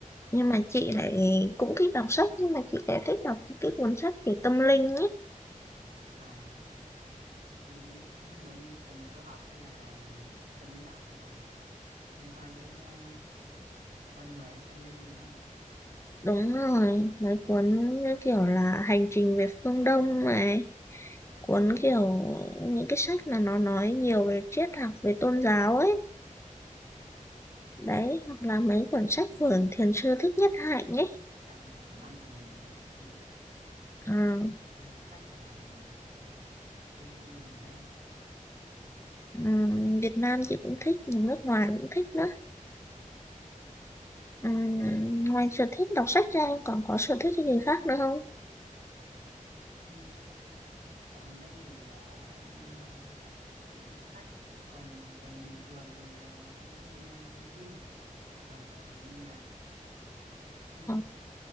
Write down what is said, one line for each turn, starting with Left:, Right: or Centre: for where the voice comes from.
Left: nhưng mà chị lại cũng thích đọc sách nhưng mà chị lại thích đọc những cái cuốn sách về tâm linh ấy
Right: à giống giống như thần số học hay là tâm lý học kiểu liên quan tới ờ, con người tâm linh đúng không ạ
Left: đúng rồi mấy cuốn như kiểu là hành trình về phương Đông này cuốn kiểu những cái sách mà nó nói nhiều về triết học về tôn giáo ấy
Right: Ừ,
Left: đấy hoặc là mấy cuốn sách của thiền sư Thích Nhất Hạnh ấy
Right: đọc mở mang cho mình đôi chút kiến thức
Left: à,
Right: À, sách của mà, thư Việt Nam.
Left: ừ, Việt Nam chị cũng thích nước ngoài cũng thích nữa Ừm, ngoài sở thích đọc sách ra em còn có sở thích cái gì khác nữa không?
Right: Ừm, dạo gần đây thì à, em à, thích đọc sách, còn còn bình thường thì à, em hay à, xem phim hoặc là ngồi nghe nhạc. Ừm,
Left: Còn